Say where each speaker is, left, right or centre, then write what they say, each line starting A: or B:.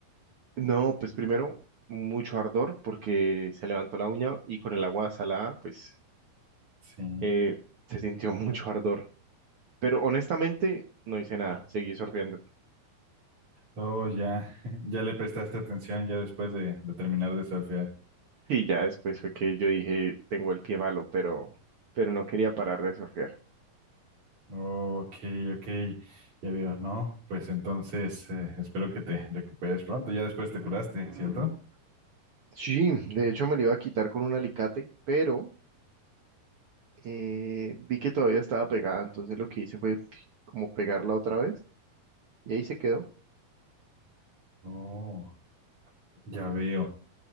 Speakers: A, on the right (about 70°); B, on the right (about 45°).
A: No, pues primero mucho ardor porque se levantó la uña y con el agua salada pues
B: Sí.
A: eh, se sintió <laughs> mucho ardor. Pero honestamente no hice nada, seguí surfeando.
B: Oh, ya, <laughs> ya le prestaste atención ya después de, de terminar de surfear.
A: Sí, ya después fue que yo dije, tengo el pie malo, pero, pero no quería parar de surfear.
B: Oh, Ok, ok, ya veo, ¿no? Pues entonces eh, espero que te recuperes pronto, ya después te curaste, ¿cierto?
A: Sí, de hecho me lo iba a quitar con un alicate, pero eh, vi que todavía estaba pegada, entonces lo que hice fue como pegarla otra vez y ahí se quedó.
B: Oh, ya veo.